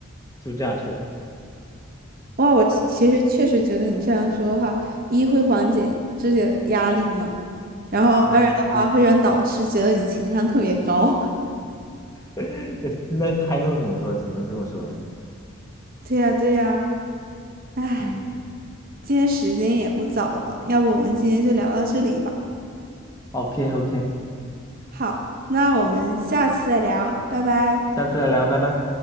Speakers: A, on the left; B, on the right.
A: 就这样说。
B: 哇，我其其实确实觉得你这样说的话，一会缓解这些压力嘛，然后二的话会让导师觉得你情商特别高。
A: 嗯，对，<laughs> 那还能怎么说？只能这么说了。
B: <laughs> 对呀，对呀。唉，
A: 嗯。
B: 今天时间也不早了，要不我们今天就聊到这里吧。
A: OK OK，
B: 好，那我们下次再聊，拜拜。
A: 下次再聊，拜拜。